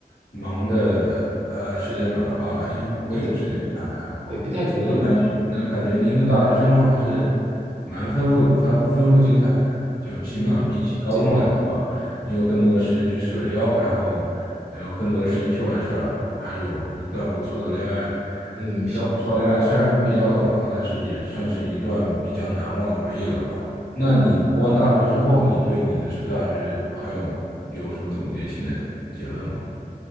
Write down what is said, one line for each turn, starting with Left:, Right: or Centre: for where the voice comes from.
Left: 忙的呃时间表的话，
Right: 嗯，
Left: 也不会有时间去谈恋爱，
Right: 是的，是的，
Left: 对吧？
Right: 对，不太可能有，
Left: 那感觉，
Right: 嗯
Left: 那感觉您的大学生活还是蛮丰富、丰丰富精彩的，就起码比起高中来的话。
Right: 嗯，对是的，
Left: 你有更多的时间去社交，然后有更多的时间去玩耍，还有一段不错的恋爱。
Right: 嗯是的，
Left: 一段不错恋爱虽然比较短的话，
Right: 是的。
Left: 但是也算是一段比较难忘的回忆了吧。那你读完大学之后，
Right: 嗯。
Left: 你对你的这个大学还有有什么总结性的结论吗？